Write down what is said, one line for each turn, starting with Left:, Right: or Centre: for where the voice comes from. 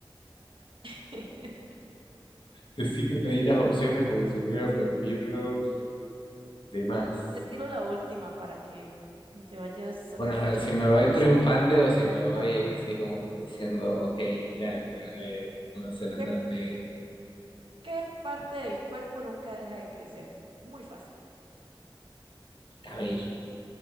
Right: <laughs>
Left: Sí que pedí las opciones porque si me iba perdiendo de más.
Right: Te tiro la última para que te vayas satisfecho
Left: Bueno, a ver si
Right: de
Left: me
Right: que ganaste.
Left: voy triunfante o si me voy
Right: Ajá.
Left: así como diciendo, ok, la, la de Nueva Zelanda
Right: ¿Qué
Left: la pegué.
Right: ¿Qué parte del cuerpo nunca deja de crecer? Muy fácil.
Left: Cabello.